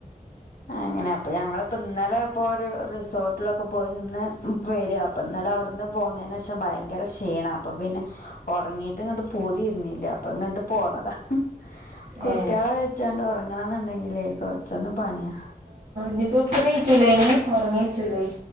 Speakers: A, on the left (about 70°); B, on the right (about 65°).
A: ആ അങ്ങനെ അപ്പ ഞങ്ങള്പ്പോ ന്നലെ ഇപ്പോ രു റിസോർട്ടിലൊക്കെ പോയി നിന്ന് വര് പ്പ ഇന്നലെ ഔട്ന്ന് പോന്നേനേഷം ഭയങ്കര ക്ഷീണം അപ്പ പിന്നെ ഉറങ്ങിട്ട് ങ്ങട്ട് പൂതീർണില്ല അപ്പങ്ങട്ട് പോന്നതാ കുട്ട്യാളെ
B: ഏ
A: വെച്ചാണ്ട് ഉറങ്ങണന്ന്ണ്ടെങ്കിലേ കൊറച്ചൊന്ന് പണിയാ
B: ഞ്പ്പ പ്പ നീച്ചൂലൈന് ഒറങ്ങീച്ചൂലെ